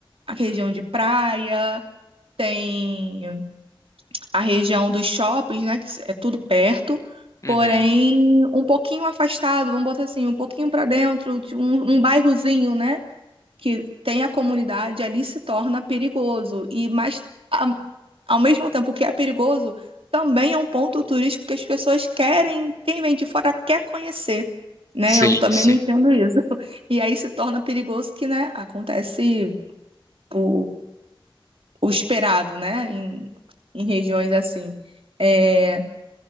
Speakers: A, on the right; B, on the left.
A: a região de praia, tem a região dos shoppings, né? Que é tudo perto,
B: uhum,
A: porém um pouquinho afastado, vamos botar assim, um pouquinho para dentro, de um, um bairrozinho, né? que tem a comunidade ali se torna perigoso. E mais a- ao mesmo tempo que é perigoso, também é um ponto turístico que as pessoas querem, quem vem de fora quer conhecer, né?
B: sim,
A: Eu também
B: sim.
A: não entendo isso. <laughs> E aí se torna perigoso que, né, acontece o, o esperado, né, em, em regiões assim. É,